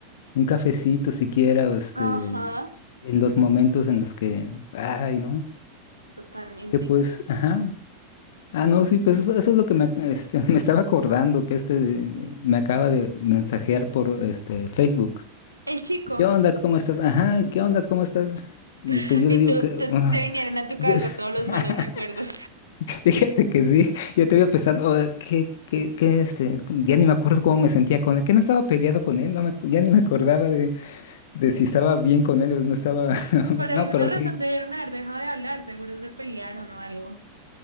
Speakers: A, on the left; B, on the right.
A: un cafecito siquiera, o este,
B: Ajá.
A: en
B: Sí,
A: los momentos en los que, ay, ¿no?
B: totalmente.
A: Que pues, ajá. Ah, no, sí, pues eso, eso es lo que me, ac- este, <laughs> me estaba acordando, que este me acaba de mensajear por este Facebook.
B: El chico.
A: ¿Qué onda? ¿Cómo estás? Ajá, ¿qué onda? ¿Cómo estás? Y
B: <laughs>
A: pues yo
B: y
A: le digo
B: tú,
A: que,
B: tú-
A: ah,
B: se vinieron a tu
A: yo-
B: cabeza todos los
A: <laughs>
B: malos recuerdos.
A: fíjate que sí, yo te pensando, oh, ¿qué, qué, qué, este? Ya ni me acuerdo cómo me sentía con él, que no estaba peleado con él, no me, ac- ya ni me acordaba de si estaba bien con él o no estaba. <laughs>
B: Por
A: No,
B: alguna
A: pero
B: razón
A: sí.
B: debieron haber dejado de hablar, seguro se pelearon o algo.